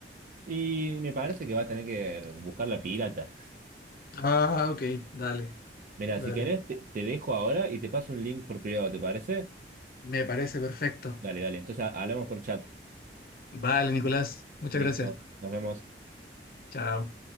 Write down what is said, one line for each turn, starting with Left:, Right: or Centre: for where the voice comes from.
Right: Y me parece que va a tener que buscar la pirata.
Left: Ah, ok, dale,
Right: Mira,
Left: dale.
Right: si querés, te, te dejo ahora y te paso un link por privado, ¿te parece?
Left: Me parece perfecto.
Right: Dale, dale. Entonces ha- hablamos por chat.
Left: Vale, Nicolás, muchas
Right: Listo,
Left: gracias.
Right: nos vemos.
Left: Chao.